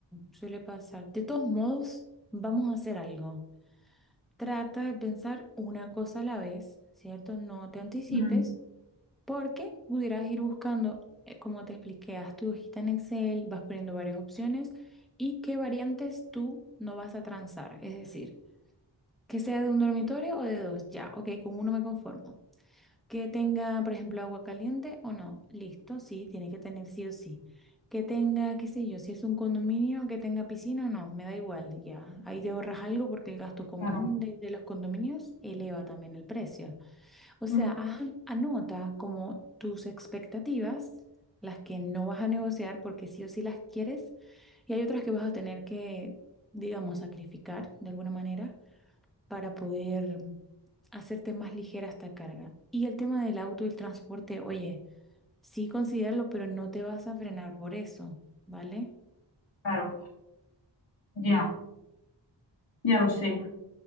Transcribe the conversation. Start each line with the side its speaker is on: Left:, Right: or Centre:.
Centre: Suele pasar. De todos modos, vamos a hacer algo. Trata de pensar una cosa a la vez, ¿cierto? No te anticipes,
Left: Mm,
Centre: porque pudieras ir buscando, eh, como te expliqué, haz tu hojita en Excel, vas poniendo varias opciones y qué variantes tú no vas a transar. Es decir, Que sea de un dormitorio o de dos, ya, ok, con uno me conformo. Que tenga, por ejemplo, agua caliente o no, listo, sí, tiene que tener sí o sí. Que tenga, qué sé yo, si es un condominio, que tenga piscina o no, me da igual, ya. Ahí te ahorras algo porque el gasto común
Left: claro,
Centre: de, de los condominios eleva también el precio. O sea,
Left: mm,
Centre: haz- anota como tus expectativas, las que no vas a negociar porque sí o sí las quieres, y hay otras que vas a tener que, digamos, sacrificar de alguna manera para poder hacerte más ligera esta carga. Y el tema del auto y el transporte, oye, sí considéralo, pero no te vas a frenar por eso, ¿vale?
Left: claro, ya, ya lo sé.